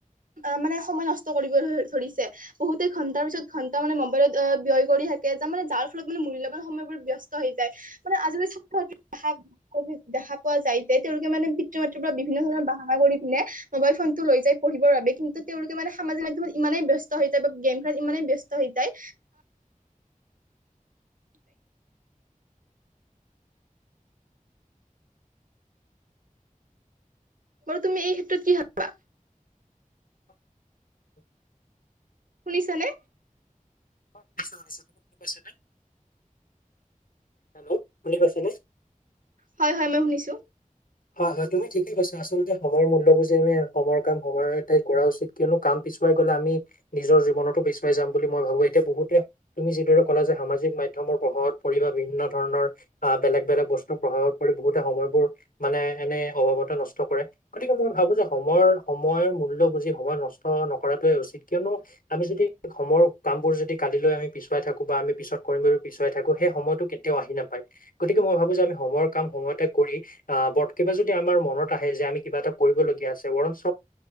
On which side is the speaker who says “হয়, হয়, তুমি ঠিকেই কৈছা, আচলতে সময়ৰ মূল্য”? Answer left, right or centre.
Left